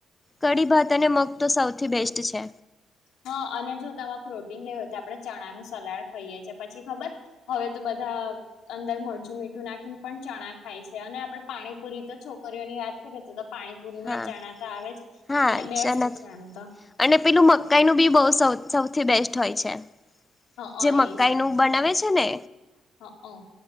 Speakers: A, on the left; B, on the left.
A: કઢી ભાત અને મગ તો સૌથી બેસ્ટ છે
B: હા અને જો તમામે પ્રોટીન લેવુ હોય તો આપણે ચણા નું સલાડ ખાઈએ છે પછી ખબર હવે તો બધા અંદર મરચું મીઠું નાખીને પણ ચણા ખાય છે અને આપડે પાણીપુરી તો છોકરીઓની વાત કરીએ તો પાણીપુરી
A: હા
B: માંય ચણા તો આવે જ
A: હા
B: એટલે બેસ્ટ
A: જનત
B: છે આમ તો
A: અને પેલું મકાઈનું બી બહ સૌથી બેસ્ટ હોય છે
B: હ
A: જે મકાઈનું
B: એ સરસ
A: બનાવે
B: લાગે
A: છે ને?
B: હ